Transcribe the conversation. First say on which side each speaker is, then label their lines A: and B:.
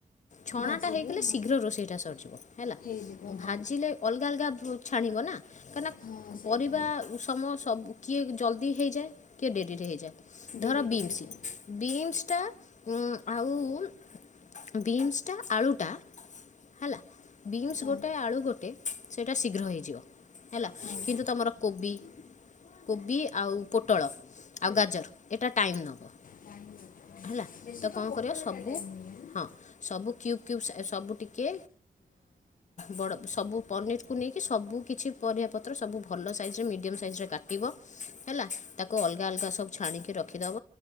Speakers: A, on the left (about 60°); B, on the left (about 85°).
A: ଛଣା
B: ଭାଜିବ
A: ଟା ହେଇଗଲେ
B: ହଁ
A: ଶୀଘ୍ର ରୋଷେଇ ଟା ସରିଯିବ ହେଲା
B: ହେଇଯିବ ହଁ
A: ଭାଜିଲେ ଅଲଗା ଅଲଗା ଛାଣିବ ନା କାହିଁକି ନା
B: ହଁ ସେଇଟା
A: ପରିବା ଉସମ ସବୁ କିଏ ଜଲ୍ଦି ହେଇଯାଏ କିଏ ଡେରିରେ ହେଇଯାଏ।
B: ଡେରିରେ
A: ଧର ବିମସ୍
B: ହେଇଯାଏ
A: ବିମସ୍ ତା ଆଉ ବିନ୍ସଟା ଆଳୁଟା ହେଲା ବିନ୍ସ
B: ହଁ
A: ଗୋଟେ ଆଳୁ ଗୋଟେ ସେଇଟା ଶୀଘ୍ର ହେଇଯିବ ହେଲା
B: ହଁ
A: କିନ୍ତୁ ତମର କୋବି କୋବି ଆଉ ପୋଟଳ ଆଉ ଗାଜର ଏଇଟା ଟାଇମ୍ ନେବ।
B: ଟାଇମ୍
A: ହେଲା
B: ବେଶୀ
A: ତ କଣ
B: ପୋଟଳଟା
A: କରିବ ସବୁ
B: ଟାଇମ୍ ନିଏ ନା?
A: ହଁ ସବୁ କ୍ୟୁବ୍ କ୍ୟୁବ୍ ସାଇ ସବୁ ଟିକେ ବଡ଼ ସବୁ ପନିରକୁ ନେଇକି ସବୁ କିଛି ପରିବା ପତ୍ର ସବୁ ଭଲ ସାଇଜେ ମିଡ଼ିୟମ୍ ସାଇଜ୍ କାଟିବ ହେଲା ତାକୁ ଅଲଗା ଅଲଗା ସବୁ ଛାଣିକି ରଖିଦେବ